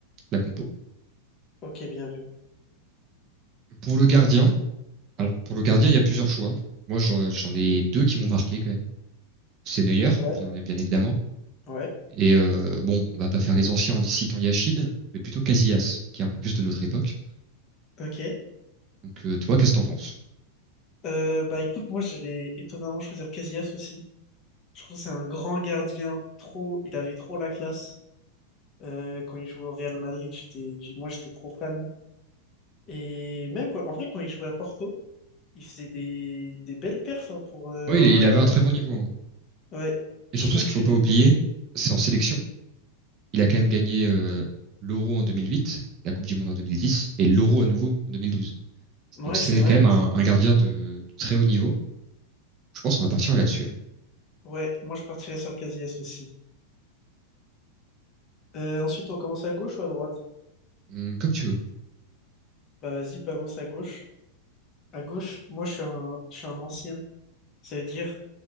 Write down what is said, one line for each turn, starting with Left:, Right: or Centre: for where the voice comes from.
Right: la compo.
Left: Ok, bien vu.
Right: Pour le gardien, alors pour le gardien, il y a plusieurs choix. Moi, j'en j'en ai deux qui m'ont marqué quand même. C'est Neuer,
Left: Ouais,
Right: bien bien évidemment.
Left: ouais,
Right: Et euh, bon, on va pas faire les anciens en citant Yachine, mais plutôt Casillas, qui est un peu plus de notre époque.
Left: ok.
Right: Donc euh, toi, qu'est-ce que t'en penses?
Left: Euh, bah écoute, moi je vais étonnamment choisir Casillas aussi. Je trouve que c'est un grand gardien, trop, il avait trop la classe. Euh, quand il jouait au Real Madrid, j'étais, j'ai- moi j'étais trop fan. Et même quand- en vrai, quand il jouait à Porto, il faisait des, des belles perfs hein, pour euh,
Right: Oui,
Left: un
Right: il, est- il avait
Left: gardien.
Right: un très bon niveau. hein.
Left: Ouais, je
Right: Et surtout,
Left: trouve
Right: ce qu'il
Left: que,
Right: faut pas oublier, c'est en sélection. Il a quand même gagné euh, l'Euro en 2008, la Coupe du Monde en 2010 et l'Euro à nouveau en 2012.
Left: ouais
Right: Donc c'est
Left: c'est vrai.
Right: quand même un, un gardien de, très haut niveau. Je pense qu'on va partir là-dessus.
Left: Ouais, moi je partirais sur Casillas aussi. Euh, ensuite, on commence à gauche ou à droite?
Right: Hum, comme tu veux.
Left: Bah vas-y, Bamos à gauche. À gauche, moi je suis un, je suis un ancien. Ça veut dire,